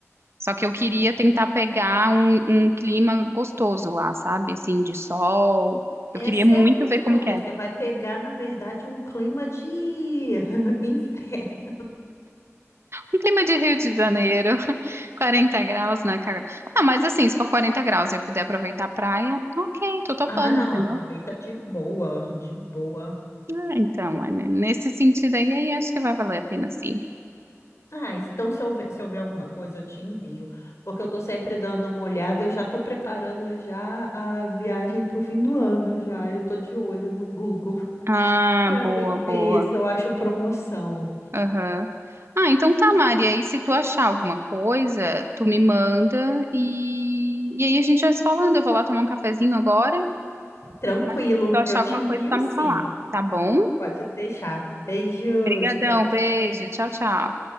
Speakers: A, on the right; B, on the left.
A: Só que eu queria tentar pegar um, um clima gostoso lá, sabe? Assim, de sol.
B: Essa
A: Eu queria muito
B: é a questão,
A: ver como que
B: né?
A: é.
B: Você vai pegar, na verdade, um clima de <laughs> inferno.
A: Um clima de Rio de Janeiro, <laughs> 40 graus na cara. Ah, mas assim, se for 40 graus e eu puder aproveitar a praia, ok, tô topando,
B: Ah, não,
A: entendeu?
B: aproveita de boa, de boa.
A: Ah, então, é ne- nesse sentido aí, aí acho que vai valer a pena sim.
B: Ah, então se eu ver, se eu ver alguma coisa, eu te envio. Porque eu tô sempre dando uma olhada, eu já tô preparando já a viagem pro fim do ano já. Eu tô de olho no Google <laughs>
A: Ah,
B: para
A: boa,
B: ver
A: boa.
B: se, se eu acho promoção.
A: Aham. Ah, então tá, Maria. E se tu achar alguma coisa, tu me manda e... e aí a gente vai se falando. Eu vou lá tomar um cafezinho agora,
B: Tranquilo,
A: mas se tu achar
B: eu te
A: alguma
B: envio
A: coisa, tá me
B: sim.
A: falar, tá bom?
B: Pode deixar. Beijos,
A: Obrigadão,
B: tchau, tchau.
A: beijo, tchau, tchau.